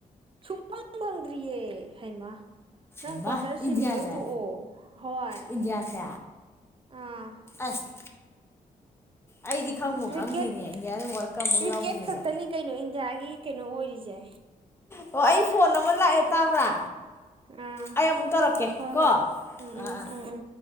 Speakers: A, on the right; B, on the left.
A: ꯁꯨꯡꯐꯪ ꯐꯪꯗ꯭ꯔꯤꯌꯦ ꯍꯩꯃꯥ ꯅꯪ
B: ꯑꯃ
A: ꯀ꯭ꯋꯥꯇꯔ ꯁꯦꯃꯤ
B: ꯏꯟꯗꯤꯌꯥꯁꯦ
A: ꯂꯣꯏ ꯇꯣꯛꯑꯣ ꯍꯣꯏ
B: ꯏꯟꯗꯤꯌꯥꯁꯦ
A: ꯑꯥ
B: ꯑꯁ ꯑꯩꯗꯤ ꯈꯪꯕꯨ
A: ꯀ꯭ꯔꯤꯀꯦꯠ
B: ꯈꯪꯗꯦꯅꯦ ꯏꯟꯗꯤꯌꯥꯗ ꯋꯥꯔꯜ ꯀꯞ ꯑꯃꯨꯛ
A: ꯀ꯭ꯔꯤꯀꯦꯠ
B: ꯌꯥꯎꯗ꯭ꯔꯤꯁꯦ
A: ꯈꯛꯇꯅꯤ ꯀꯩꯅꯣ ꯏꯟꯗꯤꯌꯥꯒꯤ ꯀꯩꯅꯣ ꯑꯣꯏꯔꯤꯖꯦ
B: ꯑꯣ ꯑꯩ ꯐꯣꯟ ꯑꯃ ꯂꯥꯛꯑꯦ ꯇꯥꯕ꯭ꯔꯥ
A: ꯑꯥ
B: ꯑꯩ ꯑꯃꯨꯛ ꯇꯧꯔꯛꯀꯦ
A: ꯍꯣꯏ
B: ꯀꯣ
A: ꯍꯣꯏ ꯎꯝ
B: ꯑꯥ
A: ꯎꯝ
B: ꯑꯥ
A: ꯎꯝ ꯎꯝ